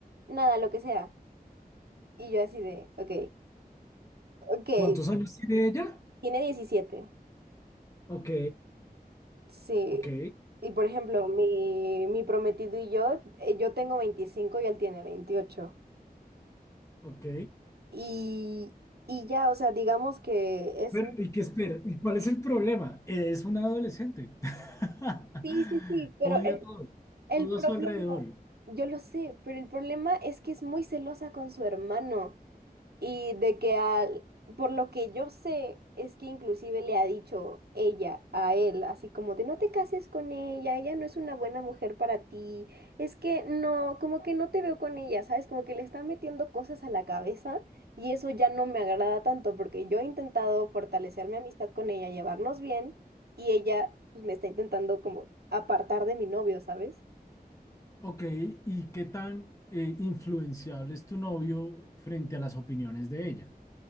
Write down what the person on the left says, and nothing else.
¿Cuántos años tiene ella?
Ok,
ok,
ok.
Pero,
¿y qué espera? ¿Y cuál es el problema? Es una adolescente. <laughs>
Odia
todo,
todo
a su alrededor.
Ok, ¿y qué tan eh, influenciable es tu novio frente a las opiniones de ella?